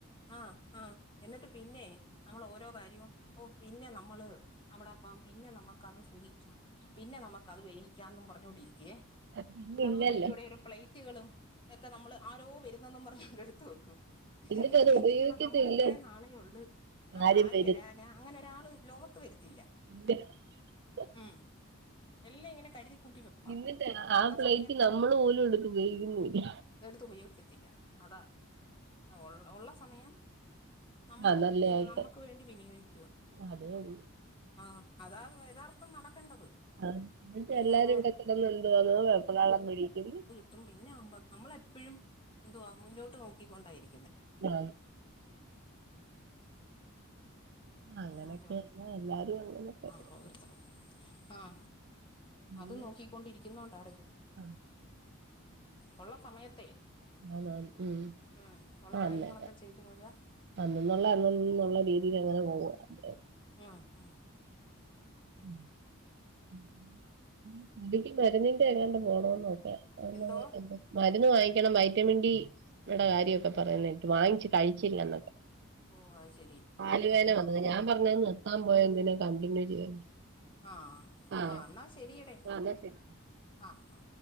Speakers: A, on the left; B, on the right.
A: ആ ആ എന്നിട്ട് പിന്നെ നമ്മള് ഓരോ കാര്യവും ഓ പിന്നെ നമ്മള് അവിടെപ്പം പിന്നെ നമ്മുക്ക് അത് സുഖിക്കാം പിന്നെ നമുക്ക് അത് വേയിക്കാം പറഞ്ഞു കൊണ്ടിരിക്കുവേ
B: പിന്നെ
A: അതുപോലെല്ല്യോടെ
B: ഇല്ലല്ലോ
A: ഒരു പ്ലേറ്റുകളും ഒക്കെ നമ്മള് ആരോ വരുന്നെന്നും പറഞ്ഞ്കൊണ്ട് എടുത്ത് വെക്കും
B: <unintelligible>
A: എന്നാ ചിന്തിക്കണം
B: ഉപയോഗിക്കത്തില്ല
A: നമ്മൾ ഇത്രയും നാളെ ഉള്ള് അവിടെ
B: ആരും
A: ആര്
B: വരും
A: വരാനാ അങ്ങനെ ഒരാള് ലോകത്ത് വരത്തില്ല
B: <unintelligible>
A: ഉം എല്ലാം ഇങ്ങനെ കരുതിക്കൂട്ടി വെപ്പാ
B: എന്നിട്ട്
A: എന്നാ
B: ആ
A: ഒള്ള
B: പ്ലേറ്റ്
A: സമയം
B: നമ്മള് പോലും എടുത്ത് ഉപയോഗിക്കുന്നില്ല
A: എടുത്ത് ഉപയോഗിക്കത്തില്ല അതാ ഒ ഒള്ള സമയം നമ്മള്
B: ആഹ് നല്ല ആയിട്ട്
A: നമ്മക്ക് വേണ്ടി വിനിയോഗിക്കുക
B: അതേ ഉള്ളൂ
A: ആ അതാ യഥാർത്ഥം നടക്കേണ്ടത്
B: ആ
A: അല്ലാതെ
B: എല്ലാരും ഇവിടെ കിടന്ന് എന്ത് വാന്നോ വെപ്രാളം വിളിക്ക്ന്ന്
A: ത്തും പിന്നെ ആമ്പ നമ്മളെ എപ്പോഴും എന്തുവാ മുന്നോട്ട് നോക്കിക്കൊണ്ടായിരിക്കുന്നെ
B: ആ അങ്ങനൊക്കെയല്ല
A: അതെയോ
B: എല്ലാരും അങ്ങനൊക്കെ
A: ആ പ്രോഗ്രസ് ആഹ
B: പിന്നെ
A: അത് നോക്കിക്കൊണ്ടിരിക്കുന്നോണ്ടാടെ
B: ആഹ്
A: ഒള്ള സമയത്തെ
B: ആഹ് ഉം
A: ഉം ഒള്ള
B: അന്നെ
A: കാര്യങ്ങളൊക്കെ ചെയ്തു പോയാ
B: അന്നന്നുള്ള അന്നന്നുള്ള രീതിൽ അങ്ങനെ പോകു <unintelligible>
A: ഉം ഉം
B: <unintelligible> മരുന്നിന്റെ <unintelligible> പോണംന്ന് നോക്കാ <unintelligible>
A: എന്തോ
B: മരുന്ന് വാങ്ങിക്കണം വൈറ്റമിൻ ഡി ടെ കാര്യക്കെ പറയുന്ന കേട്ട് വാങ്ങിച്ച് കഴിച്ചില്ല എന്നൊക്കെ
A: ഓ അത് ശരി
B: കാല്
A: ആ
B: വേദന
A: ആ
B: വന്നത് ഞാൻ പറഞ്ഞ് നിർത്താൻ പോയ എന്തിന് കണ്ടിന്യൂ ചെയ്യാൻ
A: ആ
B: ആഹ്
A: ആ എന്നാ ശരിയടെ
B: എന്നാ ശരി
A: ആ ആ